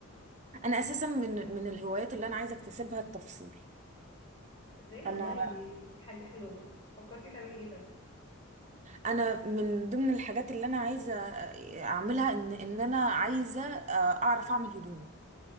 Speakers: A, on the right; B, on the left.
A: انا اساسا من من الهوايات اللي انا عايزة اكتسبها التفصيل
B: تصدقي والله
A: انا
B: دي حاجه حلوه برضه فكرتي تعملي ايه طيب
A: انا من ضمن الحاجات اللي انا عايزه اعملها ان ان انا عايزه آه، اعرف اعمل هدومي